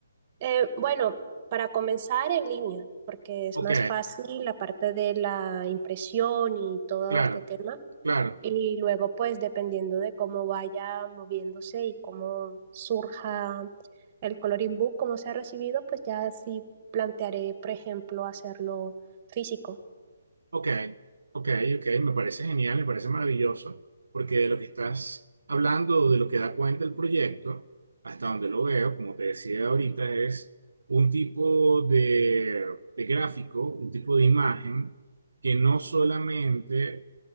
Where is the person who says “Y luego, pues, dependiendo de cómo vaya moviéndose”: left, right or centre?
Right